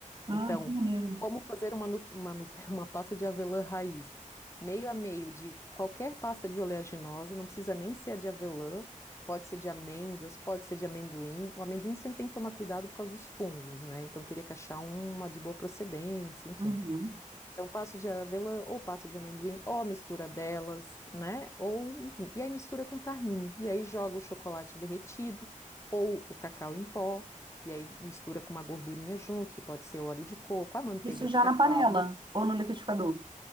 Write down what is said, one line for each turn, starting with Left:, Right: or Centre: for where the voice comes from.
Right: Ah,
Left: Então,
Right: que maneiro.
Left: como fazer uma, nu- uma, nu- <laughs> uma pasta de avelã raiz? Meio a meio de qualquer pasta de oleaginosa, não precisa nem ser a de avelã, pode ser de amêndoas, pode ser de amendoim. O amendoim sempre tem que tomar cuidado por causa dos fungos, né? Então teria que achar uma de boa procedência, enfim.
Right: Uhum.
Left: Então, passa de avelã ou passa de amendoim, ou a mistura delas, né? Ou, enfim. E aí mistura com tahine. E aí joga o chocolate derretido ou o cacau em pó. E aí mistura com uma gordurinha junto, que pode ser óleo de coco, a manteiga
Right: Isso já
Left: de cacau.
Right: na panela ou no liquidificador?